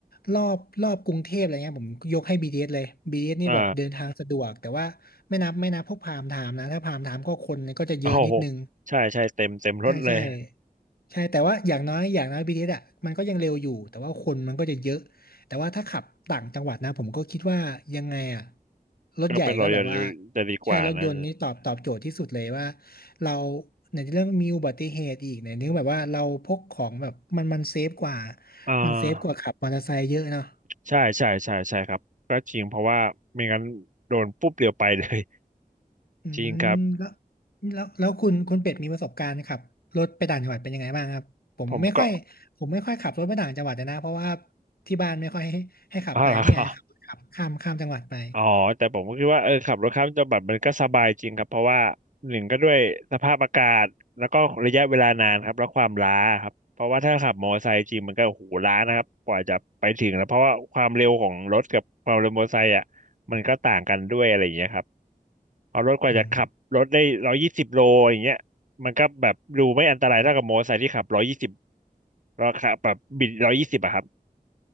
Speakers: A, on the left; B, on the right.
A: รอบรอบกรุงเทพอะไรเงี้ยผมยกให้ BTS เอสเลย b t สนี่แบบเดินทางสะดวกแต่ว่าไม่นับไม่นับพวกพามไทม์นะถ้าพามไทม์ก็คนก็จะเยอะนิดนึง
B: อ่า <laughs> โอ้โหใช่ใช่เต็มเต็มรถเลย
A: ใช่ใช่ใช่แต่ว่าอย่างน้อยอย่างน้อย BTS อสอ่ะมันก็ยังเร็วอยู่แต่ว่าคนมันก็จะเยอะ แต่ว่าถ้าขับต่างจังหวัดนะผมก็คิดว่ายังไงอะรถใหญ่ก็แบบว่า
B: ก็ไปรออยู่จะดีกว่านะ
A: ใช่รถยนต์นี่ตอบตอบโจทย์ที่สุดเลยว่าเราในเรื่องมีอุบัติเหตุอีกในเรื่องแบบว่าเราพกของแบบมันมันเซฟกว่า
B: อ่า
A: มันเซฟกว่าขับมอเตอร์ไซค์เยอะเนาะ
B: ใช่ใช่ใช่ใช่ครับก็จริงเพราะว่าไม่งั้นโดนปุ๊บเดียวไปเลย <laughs>
A: อืมแล้ว
B: จริงครับ
A: แล้วแล้วคุณคุณเป็ดมีประสบการณ์ขับรถไปต่างจังหวัดเป็นยังไงบ้างครับผมไม่ค่อยผมไม่ค่อยขับรถไปต่างจังหวัดเลยนะเพราะว่า
B: ผมก็
A: ที่บ้านไม่ค่อยให้ให้ขับไปไม่อยากให้ขับขับข้ามข้ามจังหวัดไป
B: อ๋อเหรอ อ๋อแต่ผมก็คิดว่าเออขับรถข้ามจังหวัดมันก็สบายจริงครับเพราะว่าหนึ่งก็ด้วยสภาพอากาศแล้วก็ระยะเวลานานครับแล้วความล้าครับเพราะว่าถ้าขับมอเตอร์ไซค์จริงมันก็โอ้โหล้านะครับกว่าจะไปถึงแล้วเพราะว่าความเร็วของรถกับความเร็วมอเตอร์ไซค์อ่ะมันก็ต่างกันด้วยอะไรอย่างเงี้ยครับเพราะรถกว่าจะขับรถได้ร้อยยี่สิบโลอย่างเงี้ยมันก็แบบดูไม่อันตรายเท่ากับมอเตอร์ไซค์ที่ขับร้อยยี่สิบ
A: อื
B: เราขับแบบบิดร้อยยี่สิบอะครับ